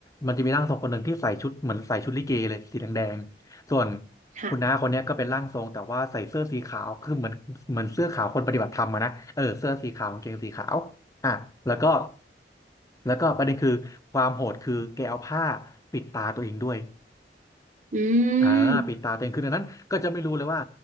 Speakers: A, on the left; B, on the right.
A: มันจะมีร่างทรงคนหนึ่งที่ใส่ชุดเหมือนใส่ชุดลิเกเลยสีแดงๆส่วน
B: ค่ะ
A: คุณน้าคนเนี้ยก็เป็นร่างทรงแต่ว่าใส่เสื้อสีขาว คือเหมือนเหมือนเสื้อขาวคนปฏิบัติธรรมอะนะเออเสื้อสีขาวกางเกงสีขาวอ่ะแล้วก็แล้วก็ประเด็นคือความโหดคือแกเอาผ้าปิดตาตัวเองด้วย
B: อื
A: อ่าปิดตาตัวเองคือดังนั้นก็จะไม่รู้เลยว่า
B: ม